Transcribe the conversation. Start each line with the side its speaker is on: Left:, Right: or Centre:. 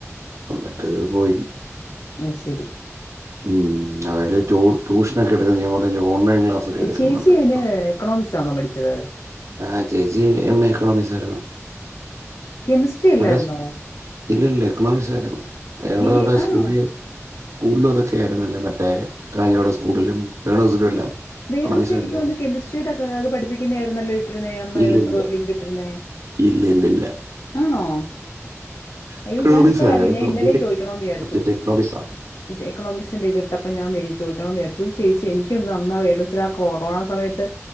Right: വന്നിട്ട് പോയി
Left: ആയിശേരി
Right: ഉം അവര് ട്യൂ ട്യൂഷനൊക്കെ എടുക്കുന്നത് ഞാൻ പറഞ്ഞ ലോ ഓൺ കമ്പയിൻ ക്ലാസ്സൊക്കെ
Left: ഏ,
Right: എടുക്കുന്നുണ്ട്
Left: ചേച്ചി അയില്
Right: ഇപ്പോ
Left: എക്കണോമിക്സ് ആണോ പഠിച്ചത്?
Right: ആഹ് ചേച്ചി എം എ ഇക്കണോമിക്സ് ആയിരുന്നു.
Left: കെമിസ്ട്രി
Right: ഇവിടെ
Left: അല്ലായിരുന്നോ?
Right: ഇല്ല ഇല്ല എക്കണോമിക്സ് ആയിരുന്നു ടെ
Left: ബി
Right: എവിടെ
Left: ആണോ?
Right: സ്കൂളിൽ സ്കൂളില അതൊക്കെ ആയിരുന്നല്ല പറ്റ മറ്റേ കാഞ്ഞകവിടെ സ്കൂളിലും <unintelligible> എല്ലാം
Left: <unintelligible>
Right: എക്കണോമിക്സ്
Left: എനക്കന്ന്
Right: എടുക്കുന്നത്
Left: കെമിസ്ട്രിയുടെത് പഠിപ്പിക്കുന്ന ആരുന്നല്ലോ ഇട്ടിരുന്നേ അന്ന്
Right: ഇല്ലില്ല
Left: ഒരു ലിങ്ക് ഇട്ടിരുന്നേ
Right: ഇല്ലില്ലില്ല
Left: ആണോ അയ്യോ
Right: എക്കണോമിക്സ്
Left: ഞാൻ ഇപ്പോഴ
Right: അയാൾ
Left: അറിയുന്ന ഞാൻ
Right: സബ്ജക്ട്
Left: ഇന്നലെയും ചോദിക്കണന്ന്
Right: സബ്ജക്ട് എക്കണോമിക്സ്
Left: എക്കോമക്സിന്റെ ഇത് ഇട്ടപ്പ ഞാൻ ചോദിക്കണോ <unintelligible> ചേച്ചി എനിക്കൊന്ന അന്നാ <unintelligible> ആ കൊറോണ സമയത്ത്